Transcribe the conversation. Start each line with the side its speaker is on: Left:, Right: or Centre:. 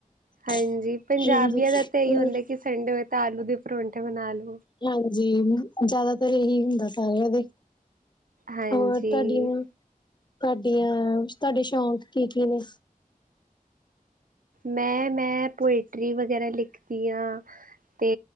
Right: ਹਾਂਜੀ
Left: ਹਜੀ
Right: ਪੰਜਾਬੀਆਂ ਦਾ ਤਾਂ ਇਹੀ
Left: ਹੋ
Right: ਹੁੰਦਾ ਕਿ ਸੰਡੇ ਹੋਏ ਆਲੂ ਦੇ ਪਰੌਂਠੇ ਬਣਾਲੋ।
Left: ਹਾਂਜੀ, ਜਿਆਦਾ ਫਿਰ ਇਹੀ ਹੁੰਦਾ ਸਾਰਿਆਂ ਦੇ
Right: ਹਾਂਜੀ
Left: ਹੋਰ, ਤੁਹਾਡੀਆਂ? ਤੁਹਾਡੇ, ਸ਼ੌਕ ਕੀ- ਕੀ ਨੇ?
Right: ਮੈਂ, ਮੈਂ 'ਪੋਇਟਰੀ ਵਗੈਰਾ ਲਿਖਦੀ ਆਂ। ਤੇ